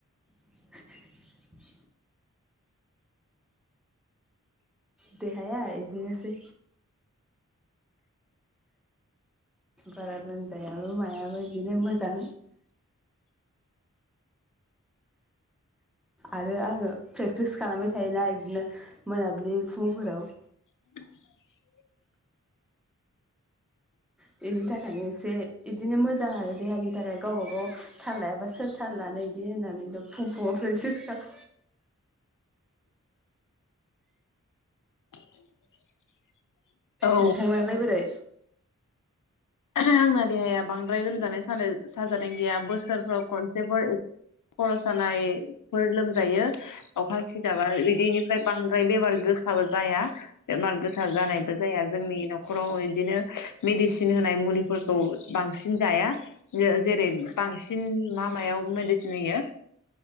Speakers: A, in the centre; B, on the left.
A: <inaudible> देहाया। बिदिनोसै बारा लोमजायाबो मायाबो बिदिनो मोजां। आरो आंङो प्रेक्टिस खालामबाय थायोना इदिनो मोनाबिलि फुंफोराव।
B: <inaudible>
A: बेनि थाखायनो एसे बिदिनो मोजां आरो देहानि थाखाय गावबा गाव थाल लायाबा सोर थाल लानो बिदि होननानै फुं फुङाव प्रेक्टिस खालाम।
B: <inaudible> औ
A: नोंथांमोनालाय बोरै।
B: आंना देहाया बांद्राय लोमजानाय साजानाय गैया बोसोरफ्राव खनसेफोर खर सानायफोर लोमजायो अखा सिजाबा बिदिनिफ्राय बांद्राय बेमार गोसाबो जाया बेमार गोसा जानायबो जाया जोंनि नखराव बिदिनो मेडिसिन दोन। होनाय मैगंफोरखौ बांसिन जाया जेरै बांसिन मा मायाव मुलि होनब्ला